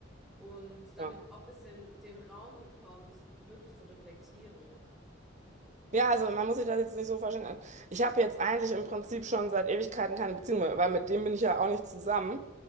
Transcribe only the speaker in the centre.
und damit
du auch ein bisschen den Raum bekommst, wirklich zu reflektieren.